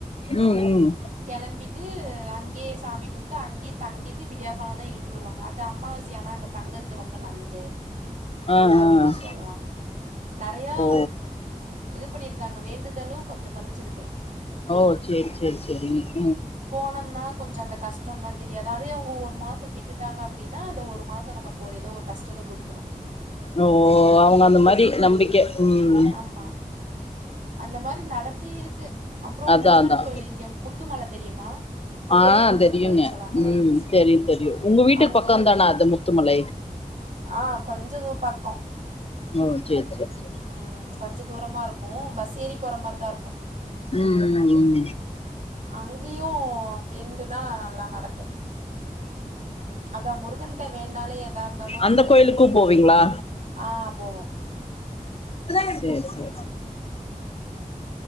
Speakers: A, on the left (about 40°); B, on the right (about 60°).
A: ம் ம்
B: கிளம்பிட்டு அங்கேயே சாமி கும்ட்டு அங்கேயே தங்கிட்டு விடியா கால தா எழுந்து வருவாங்க அது அமாவாசியானா அங்க தங்கறது ரொம்ப நல்லது
A: ஆ ஆ
B: அப்டின்னு சொல்லுவாங்க நறையா
A: ஓ
B: இது பண்ணிருக்காங்க வேண்டுதலு கொஞ்சோ பளிச்சிருக்கு
A: ஓ சேரி சேரி சேரிங்
B: போணம்னா கொஞ்ச அந்த கஷ்டம்ல்லா தெரியாது அதே அவங்க ஒரு மாச விட்டுட்டாங்க அப்டின்னா அந்த ஒரு மாச நமக்கு ஒரு எதோ ஒரு கஷ்டத்த கொடுத்துரு
A: ஓ அவங்க அந்த மாரி நம்பிக்க உம்
B: ஆமா அந்த மாரி நடந்து இருக்கு அப்பற
A: அதான்
B: முருகன்
A: அதான்
B: கோயில் இங்க முத்துமலை தெரியுமா இந்த
A: ஆ
B: பெரிய முருகன்
A: தெரியுமே
B: கோயில் சொல்லுவாங்களே
A: உம் தெரியு தெரியு உங்க வீட்டு
B: அங்கேயு
A: பக்கோதான அந்த முத்துமலை
B: ஆ கொஞ்சது பக்கோ
A: உம் சேரி சேரி சேரி
B: உம் கொஞ்ச தூரமா இருக்கு பஸ் ஏறி போற மாரிதா இருக்கு
A: உம் உம்
B: அங்கேயு வேண்டுனா நல்லா நடக்கு அதா முருகன்டா வேண்டுனாலே எதா இருந்தாலு
A: அந்த
B: பழிக்குன்னு
A: கோயிலுக்கு
B: சொல்லுவாங்க
A: போவீங்களா
B: ஆ போவோ
A: சேரி சேரி சேரி